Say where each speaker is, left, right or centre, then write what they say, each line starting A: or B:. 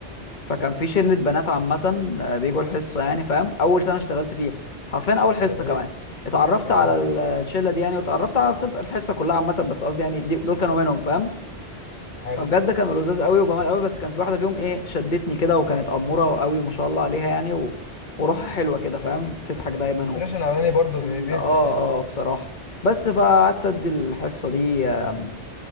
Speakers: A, on the left; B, on the left.
A: فكان في شله بنات عامه آه، بيجوا الحصه يعني فاهم اول سنه اشتغلت فيها حرفيا اول حصه
B: جميل
A: كمان اتعرفت
B: جميل
A: على ال- الشله دي يعني واتعرفت على الست- الحصه كلها عامه بس قصدي يعني دي... دول كانوا منهم فاهم
B: حلو
A: فبجد كانوا لذاذ قوي وجمال قوي بس كان في واحده فيهم ايه شدتني كده وكانت اموره قوي ما شاء الله عليها يعني و... وروحها حلوه كده فاهم بتضحك
B: الامبريشن
A: دايما و...
B: الاولاني برضو
A: جميله
B: بي- بيفرق
A: اه
B: يعني
A: اه بصراحه بس فقعدت ادي الحصه دي آم،